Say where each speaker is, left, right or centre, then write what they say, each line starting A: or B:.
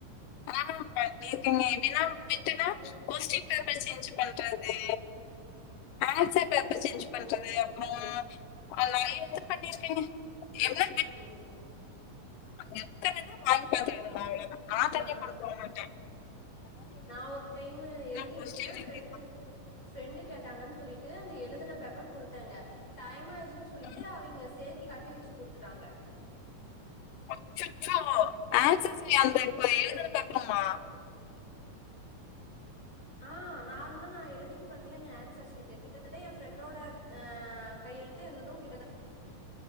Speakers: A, on the left; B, on the left.
A: ஆ பண்ணிருக்கேங்க எப்டின்னா பிட்டுனா
B: இந்த
A: கொஸ்டின் பேப்பர் சேஞ்சு பண்றது ஆன்சர் பேப்பர் சேஞ்சு பண்றது
B: ஓ
A: அப்றோ அது நறயா இது பண்ணிருக்கேங்க எவ்ள
B: சேரி சேரிங்க
A: அங்க எத்தனதா வாங்கி பாத்துக்க அவ்ளதா நா தனியா
B: ஆ ஆ
A: பண்ணள்ளா மாட்ட
B: நா ஒரு டைம்மு எழுதிட்ருந்த
A: கொஸ்டின்
B: ஃப்ரெண்டு
A: எழுதியிருப்பாங்க.
B: ஃப்ரெண்டு கேட்டாங்கன் சொல்லிட்டு அந்த எழுதின பேப்பர் குடுத்தங்க டைம் ஆயிச் னு சொல்லிட்டு
A: ம்.
B: அவிங்க சேத்தி கட்டி வெச்சு குடுத்துட்டாங்க
A: அச்செச்சோ ஆன்சஸ் அந்த இப்ப எழுதுன பேப்பருமா
B: ஆ நார்மலா நா எழுதிருப்பன்லங்க ஆன்சர் சீட்டு கிட்டத்தட்ட எ ஃப்ரெண்டோட அ கையொழு து என்னது கிட்டதட்ட